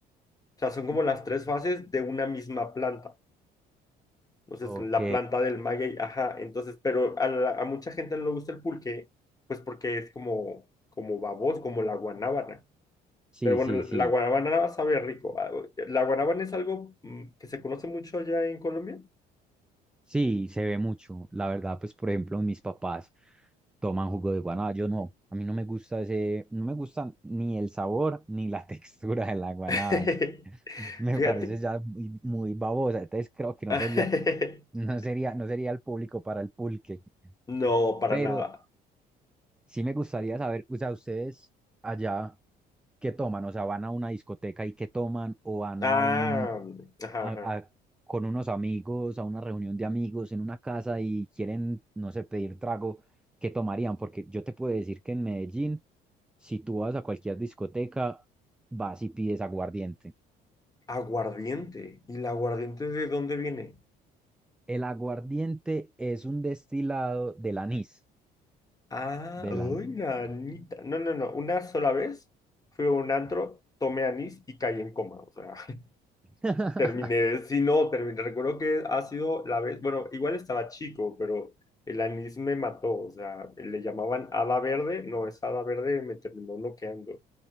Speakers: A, on the left (about 20°); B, in the centre.
A: o sea, son como las tres fases de una misma planta. Entonces,
B: Ok,
A: la planta del maguey, ajá. Entonces, pero a, la- a mucha gente no le gusta el pulque, pues porque es como, como baboso, como la guanábana.
B: sí,
A: Pero bueno,
B: sí, sí.
A: la guanábana sabe rico. Ah, La guanábana es algo mm, que se conoce mucho allá en Colombia.
B: Sí, se ve mucho. La verdad, pues, por ejemplo, mis papás toman jugo de guanábana. Yo no, a mí no me gusta ese, no me gusta ni el sabor ni la <laughs> textura de la guanábana.
A: <laughs>
B: Me
A: Fíjate.
B: parece ya muy, muy babosa. Entonces creo que no
A: <laughs>
B: sería No sería, no sería el público para el pulque.
A: No, para
B: Pero
A: nada.
B: sí me gustaría saber, o sea, ustedes allá, ¿qué toman? O sea, ¿van a una discoteca y qué toman? ¿O van
A: Ah,
B: a un,
A: mm, ajá,
B: a-
A: ajá.
B: a- con unos amigos, a una reunión de amigos en una casa y quieren, no sé, pedir trago? ¿Qué tomarían? Porque yo te puedo decir que en Medellín, si tú vas a cualquier discoteca, vas y pides aguardiente.
A: Aguardiente. ¿Y el aguardiente de dónde viene?
B: El aguardiente es un destilado del anís,
A: Ah,
B: del
A: uy,
B: anís
A: nanita. No, no, no. Una sola vez fui a un antro, tomé anís y caí en coma. O sea, <laughs>
B: <laughs>
A: terminé. Sí, no, terminé. Recuerdo que ha sido la vez. Bueno, igual estaba chico, pero el anís me mató. O sea, le llamaban hada verde. No, es hada verde, me terminó noqueando.